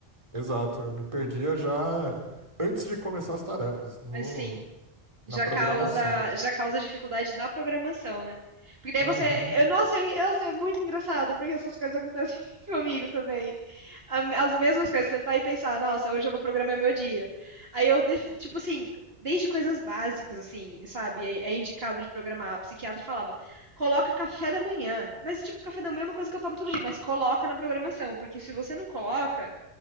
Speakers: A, on the right (about 30°); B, on the right (about 60°).
A: Exato, eu me perdia já antes de começar as tarefas, no,
B: Mas sim. Já
A: na programação.
B: causa, já causa dificuldade na programação, né? Porque daí
A: Uhum.
B: você. Eu, nossa, eu, nossa, é muito engraçado, porque essas coisas acontecem <laughs> comigo também. A- As mesmas coisas, sentar e pensar, nossa, hoje eu vou programar meu dia. Aí eu, def- tipo assim, desde coisas básicas, assim, sabe? É, é indicado de programar. A psiquiatra falava, coloca café da manhã. Mas, tipo, café da manhã é uma coisa que eu tomo todo dia, mas coloca na programação, porque se você não coloca,